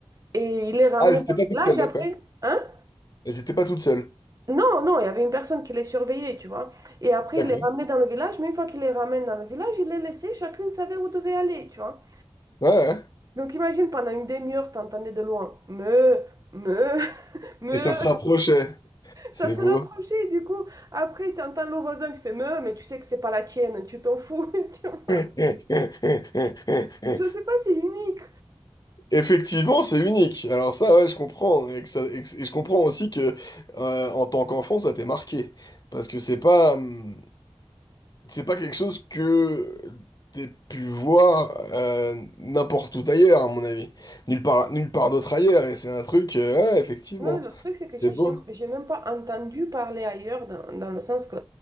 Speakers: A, on the right; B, on the left.
A: et il les ramenait
B: Ah, elle n'était
A: dans
B: pas
A: le
B: toute
A: village
B: seule, d'accord.
A: après. hein
B: Elle n'était pas toute seule.
A: Non, non, il y avait une personne qui les surveillait, tu vois. Et après,
B: D'accord.
A: il les ramenait dans le village, mais une fois qu'il les ramène dans le village, il les laissait, chacune savait où devait aller, tu vois.
B: Ouais, ouais.
A: Donc imagine, pendant une demi-heure, t'entendais de loin, me, me, <laughs> me,
B: Et ça se rapprochait. C'est
A: ça se
B: beau.
A: rapprochait, du coup, après, t'entends le voisin qui fait me, mais tu sais que c'est pas la tienne, tu t'en fous. <laughs> tu vois.
B: <laughs>
A: Je sais pas, c'est unique.
B: Effectivement, c'est unique. Alors ça, ouais, je comprends. Et, que ça- et que- et je comprends aussi que euh, en tant qu'enfant, ça t'est marqué. Parce que c'est pas, hum, c'est pas quelque chose que t'aies pu voir euh, n'importe où ailleurs, à mon avis. Nulle part, nulle part d'autre ailleurs. Et c'est un truc, euh, ouais, effectivement.
A: Non, le truc, c'est que j'ai
B: C'est beau.
A: jamais- j'ai même pas entendu parler ailleurs, dans, dans le sens que